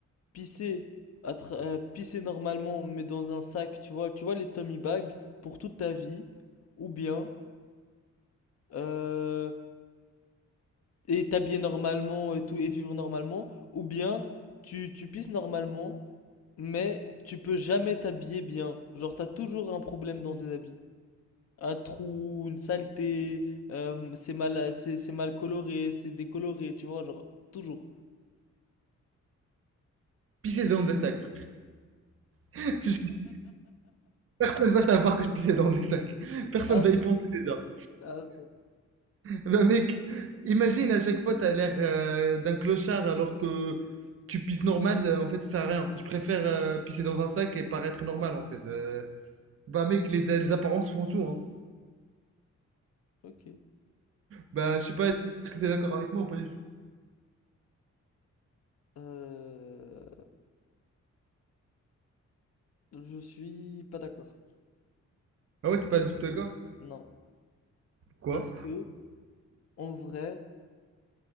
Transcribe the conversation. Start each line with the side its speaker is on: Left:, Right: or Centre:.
Left: pisser, à tra- euh, pisser normalement, mais dans un sac, tu vois, tu vois les tummy bags pour toute ta vie, ou bien euh, et t'habiller normalement et tout et vivre normalement, ou bien tu tu pisses normalement, mais tu peux jamais t'habiller bien, genre t'as toujours un problème dans tes habits. un trou, une saleté, euh, c'est mal, c'est c'est mal coloré, c'est décoloré, tu vois, genre, toujours.
Right: Pisser dans des sacs, frère. <laughs> Personne va savoir que je pissais dans des sacs. Personne
Left: Ah,
Right: va
Left: bon,
Right: y penser déjà.
Left: ah, bon.
Right: Ben mec, imagine à chaque fois t'as l'air euh, d'un clochard alors que tu pisses normal, euh, en fait ça sert à rien. Je préfère euh, pisser dans un sac et paraître normal en fait. Euh, bah mec, les, les apparences font tout hein.
Left: Ok.
Right: Bah je sais pas, est-ce que t'es d'accord avec moi ou pas du tout?
Left: Euh, je suis pas d'accord.
Right: Ah ouais, t'es pas du tout d'accord?
Left: Non.
Right: Quoi?
Left: Parce que, en vrai,